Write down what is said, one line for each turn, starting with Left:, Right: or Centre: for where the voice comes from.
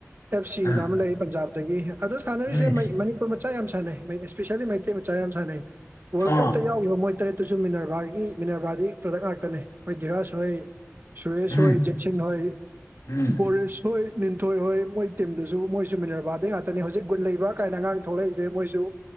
Right: ꯑꯦꯐ ꯁꯤ
Left: ꯑꯥ
Right: ꯑꯅ ꯑꯃ ꯂꯩ ꯄꯟꯖꯥꯕꯇꯒꯤ ꯑꯗꯣ ꯁꯥꯟꯅꯔꯤꯁꯦ
Left: ꯎꯝ
Right: ꯃꯩ ꯃꯅꯤꯄꯨꯔ ꯃꯆꯥ ꯌꯥꯝ ꯁꯥꯟꯅꯩ ꯃꯩ ꯏꯁꯄꯤꯁꯦꯜꯂꯤ ꯃꯩꯇꯩ ꯃꯆꯥ ꯌꯥꯝ ꯁꯥꯟꯅꯩ ꯋꯥꯔꯜ
Left: ꯑꯣ
Right: ꯀꯞꯇ ꯌꯥꯎꯈꯤꯕ ꯃꯣꯏ ꯇꯔꯦꯠ ꯇꯨꯁꯨ ꯃꯤꯅꯔꯕꯥꯒꯤ ꯃꯤꯅꯔꯕꯥꯗꯒꯤ ꯄ꯭ꯔꯗꯛ ꯉꯥꯛꯇꯅꯤ ꯈꯣꯏ ꯗꯤꯔꯥꯁ ꯍꯣꯏ ꯁꯨꯔꯦꯁ
Left: ꯎꯝ
Right: ꯍꯣꯏ ꯖꯦꯛꯁꯟ ꯍꯣꯏ
Left: ꯎꯝ
Right: ꯕꯣꯔꯤꯁ ꯍꯣꯏ ꯃꯤꯟꯊꯣꯏ ꯍꯣꯏ ꯃꯣꯏ ꯇꯤꯝꯗꯨꯁꯨ ꯃꯣꯏꯁꯨ ꯃꯤꯅꯔꯚꯥꯗꯩ ꯉꯥꯛꯇꯅꯤ ꯍꯧꯖꯤꯛ ꯒꯨꯟ ꯂꯩꯕ ꯒꯥꯏꯅ ꯑꯉꯥꯡ ꯊꯣꯛꯂꯛꯏꯖꯦ ꯃꯣꯏꯖꯨ